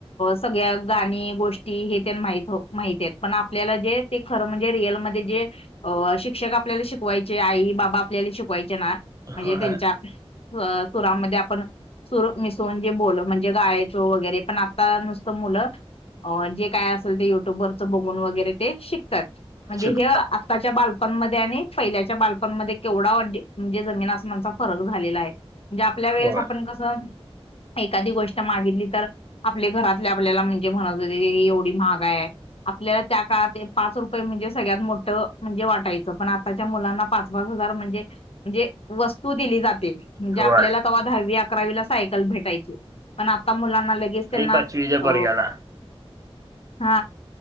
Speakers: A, on the left; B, on the right.
A: सगळ्या गाणी गोष्टी हे तेन माहित आहेत. पण आपल्याला जे ते खरं म्हणजे रियल मध्ये जे शिक्ष शिक्षक आपल्याला शिकवायचे आई, बाबा आपल्याला शिकवाय म्हणजे
B: होय
A: त्यांच्या सुरामध्ये आपण सुर मिसळुन जे बोल म्हणजे गायायचे वगैरे पण आता नुसतं मुलं अ जे काय असेल ते युट्यूबवरच बघून वगैरे ते शिकतात. म्हणजे
B: शिकता
A: हे आत्ताच्या बाल पणमध्ये आणि पैल्याच्या बालपणमध्ये केवढा अ म्हणजे जमीन असमचा फरक झालेला आहे म्हणजे आपल्या वेळेस
B: होय
A: आपण कसं एखादी गोष्ट मागितली तर आपल्या घरातले आपल्याला म्हणतं होते एवढी महाग आहे, आपल्याला त्या काळातील पाच रुपये म्हणजे सगळ्यात मोठं म्हणजे वाटायचं पण आताच्या मुलांना पाच पाच हजार म्हणजे म्हणजे वस्तू दिली जाते, म्हणजे
B: होय
A: आपल्याला तेव्हा दहावी अकरावीला सायकल भेटायची पण आता मुलांना लगेच त्यांना
B: आणि पाचवीच्या
A: अ
B: पोरग्याला
A: हा